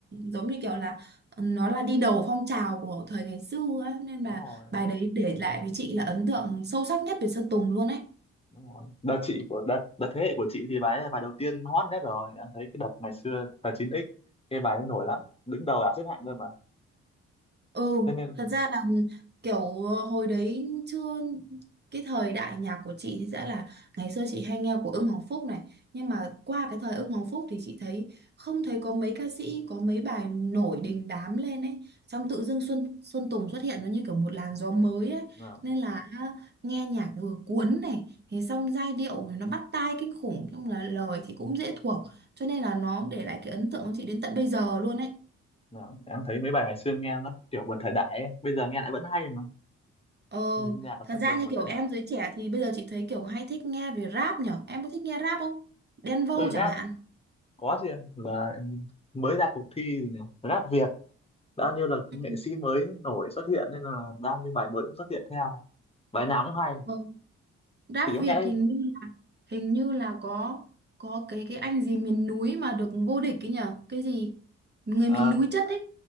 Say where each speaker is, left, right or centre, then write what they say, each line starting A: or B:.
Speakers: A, on the right (about 35°); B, on the left (about 20°).
A: giống như kiểu là ừ, nó là đi đầu phong trào của thời ngày xưa ấy nên
B: đúng
A: là
B: rồi
A: bài đấy để lại với chị là ấn tượng sâu sắc nhất về Sơn Tùng luôn ấy
B: Đúng rồi. Đợt chị của đợt đợt thế hệ của chị thì bài ấy bài đầu tiên hot nhất rồi em thấy cái đợt ngày xưa là chín x cái bài ấy nổi lắm đứng đầu bảng xếp hạng cơ mà
A: Ừ,
B: thế nên
A: thật ra là kiểu hồi đấy chưa cái thời đại nhạc của chị thì sẽ là ngày xưa chị hay nghe của Ưng Hoàng Phúc này, nhưng mà qua cái thời Ưng Hoàng Phúc thì chị thấy không thấy có mấy ca sĩ có mấy bài nổi đình đám lên ấy, xong tự dưng Xuân Xuân Tùng xuất hiện nó như kiểu một làn gió mới ấy,
B: à,
A: nên là nghe nhạc vừa cuốn này, thế xong giai điệu nó bắt tai kinh khủng, xong là lời thì cũng dễ thuộc, cho nên là nó để lại cái ấn tượng của chị đến tận bây giờ luôn ấy.
B: à, em thấy mấy bài ngày xưa nghe nó kiểu vượt thời đại ấy. bây giờ nghe lại vẫn hay mà
A: Ờ,
B: Ừ, nhạc của
A: thật
B: Sơn
A: ra
B: Tùng
A: như
B: vượt
A: kiểu
B: thời đại
A: em giới trẻ thì bây giờ chị thấy kiểu hay thích nghe về rap nhở. Em có thích nghe rap không? Đen Vâu
B: ừ,
A: chẳng
B: rap
A: hạn.
B: có chứ là em mới ra cuộc thi gì nhỉ? rap Việt bao nhiêu là
A: Ừ.
B: nghệ sĩ mới nổi xuất hiện nên là bao nhiêu bài mới cũng xuất hiện theo bài nào cũng hay
A: Vâng. Rap
B: chỉ có
A: Việt
B: nghe
A: hình như là hình như là có có cái cái anh gì miền núi mà được vô địch ấy nhở. Cái gì? Người
B: à,
A: miền núi chất ấy.